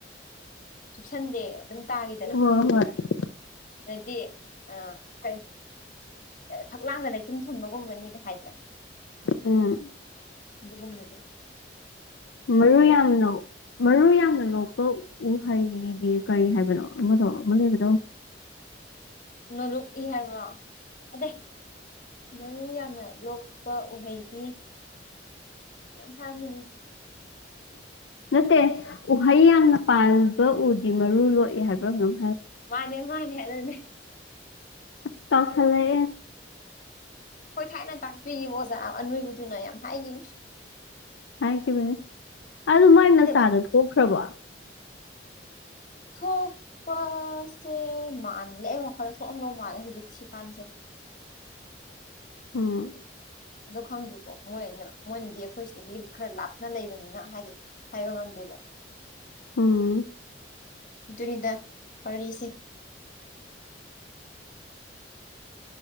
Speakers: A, on the left; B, on the left.
A: ꯆꯨꯞꯁꯟꯗꯦ ꯑꯗꯨꯝ ꯇꯥꯈꯤꯗꯅ
B: ꯍꯣꯏ ꯍꯣꯏ
A: ꯅꯗꯤ ꯑ ꯀꯩ ꯐꯛꯂꯥꯡꯅ ꯂꯩꯊꯨꯝ ꯊꯨꯝꯕꯒꯨꯝꯕꯅꯤꯒ ꯍꯥꯏꯗ
B: ꯎꯝ
A: ꯏ ꯀꯨꯝꯅꯗ
B: ꯃꯨ ꯌꯥꯝꯅꯣ ꯃꯨ ꯌꯥꯝꯃꯅꯣ ꯄ ꯎ ꯍꯩꯗꯤ ꯀꯔꯤ ꯍꯥꯏꯕꯅꯣ ꯑꯃꯗꯣ ꯑꯃ ꯂꯩꯕꯗꯣ
A: ꯅꯂꯣꯛꯏ ꯍꯥꯏꯕ꯭ꯔꯣ ꯑꯗꯩ ꯃꯔꯨ ꯌꯥꯝꯅ ꯂꯣꯛꯄ ꯎꯍꯩ ꯇ ꯐꯃꯤꯅꯤ
B: ꯅꯠꯇꯦ ꯎꯍꯩ ꯌꯥꯝꯅ ꯄꯥꯟꯕ ꯎꯗꯤ ꯃꯔꯨ ꯂꯣꯛꯑ ꯍꯥꯏꯕ꯭ꯔꯣ ꯅꯪ
A: ꯃꯥꯅꯦ ꯃꯥꯅꯦ ꯑꯗꯨꯅꯅꯦ
B: ꯑꯁ ꯀꯥꯎꯁꯂꯦ
A: ꯍꯣꯏ ꯊꯥꯏꯅ ꯇꯥꯛꯄꯤꯔꯤꯕ ꯑꯣꯖꯥ ꯑꯅꯣꯏꯕꯗꯨꯅ ꯌꯥꯝ ꯍꯥꯏꯈꯤ
B: ꯍꯥꯏꯈꯤꯕꯅꯦ ꯑꯗꯨ ꯃꯥꯏ ꯃꯆꯥꯗ
A: ꯑꯗꯦꯕ
B: ꯊꯣꯛꯈ꯭ꯔꯕꯣ
A: ꯊꯣꯛꯄꯁꯦ ꯃꯜꯂꯦ ꯑꯩ ꯋꯥꯈꯜꯗ ꯊꯣꯛꯑꯝ ꯂꯧ ꯃꯥꯜꯂꯦ ꯍꯧꯖꯤꯛ ꯁꯤ ꯀꯥꯟꯁꯦ <inaudible>
B: ꯎꯝ
A: ꯑꯗꯣ ꯈꯪꯗ꯭ꯔꯤꯀꯣ ꯃꯣꯏꯅ ꯃꯣꯏꯅꯗꯤ ꯑꯩꯈꯣꯏ ꯁꯤꯗꯒꯤ ꯈꯔ ꯂꯥꯞꯅ ꯂꯩꯕꯅꯤꯅ ꯍꯥꯏꯗꯤ ꯍꯥꯏꯕ ꯉꯝꯗꯦꯕ
B: ꯎꯝ
A: ꯖꯅꯤꯗ ꯋꯥꯔꯤꯁꯤ